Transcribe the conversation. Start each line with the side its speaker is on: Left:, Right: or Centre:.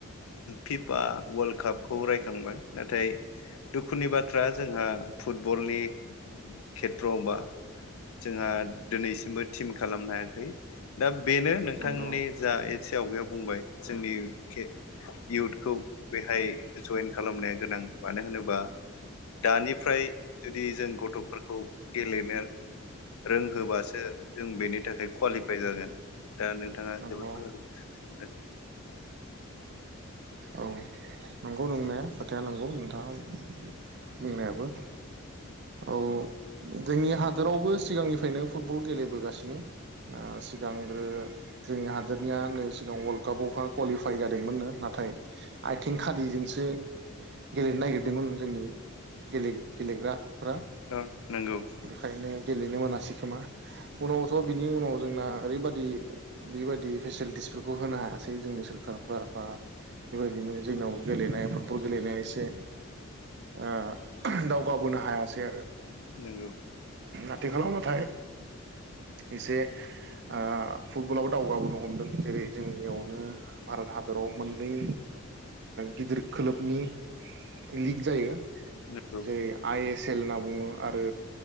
Left: फिफ फा वर्ल्ड कापखौ रायखांबाय नाथाय दुखुनि बाथ्रा जोंहा फुटबलनि खेथ्रआवबा जोंहा दिनैसिमबो थिम खालामनो हायाखै। दा बेनो नोंथांनि
Right: नंगौ
Left: जा एसे आवगायाव बुंबाय जोंनि के इउथखौ बेहाय जयेन खालामनाया गोनां मानो होनोबा दानिफ्राय जुदि जों गथ'फोरखौ गेलेनो रोंहोबासो जों बेनि थाखाय क्वालिफाइ जागोन। दा नोंथाङा
Right: नंगौ
Left: जोबोद मोजां सानदों।
Right: औ नंगौ नोंनाया खोथाया नंगौ नोंथाङा बुंनायाबो औ जोंनि हादोरावबो सिगांनिफ्रायनो फुटबल गेलेबोगासिनो ओ सिगांग्रो जोंनि हादोरनिया नै सिगां वार्ल्ड कापआवहाय कुवालिफाइ जादोंमोननो नाथाय आथिं खालिजोंसो गेलेनो नागिरदोंमोन जोंनिनो गेले गेलेग्रा फोरा
Left: औ नंगौ
Right: बेखायनो गेलेनो मोनासै खोमा उनावथ' बिनि उनाव जोंना ओरैबाददि बेबायदि फेसिलिटिसफोरखौ होनो हायासै जोंनि सोरखारफ्रा बा बेबायदिनो जोंनाव गेलेनाय फुटबल गेलेनाया एसे ओ दावगाबोनो हायासै आरो।
Left: नंगौ
Right: आथिखालाव नाथाय एसे ओ फुटबलावबो दावगाबोनो हमदों जेरै जोंनियावनो भारत हादराव मोननै गिदिर खोलोबनि लिग जायो
Left: नंगौ
Right: जेरै आइ एस सेल होनना बुङो आरो